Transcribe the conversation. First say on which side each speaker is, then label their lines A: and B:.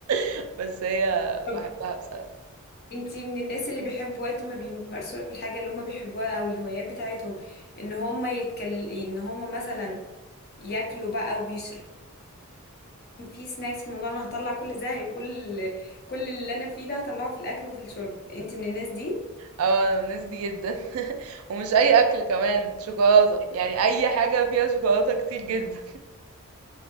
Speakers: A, on the right; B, on the left.
A: <laughs> بس هي
B: طب
A: باحبها بصراحة.
B: انت من الناس اللي بيحبوا وقت ما بيمارسوا الحاجة اللي هم بيحبوها او الهوايات بتاعتهم ان هم يتكل ان هم مثلا ياكلوا بقى ويشربوا في سناكس في الموضوع انا هطلع كل زهقي وكل كل اللي انا فيه ده هطلعه في الاكل وفي الشرب انت من الناس دي
A: آه أنا من الناس دي جدًا <laughs> ومش أي أكل كمان شوكولاتة، يعني أي حاجة فيها شوكولاتة كتير جدًا.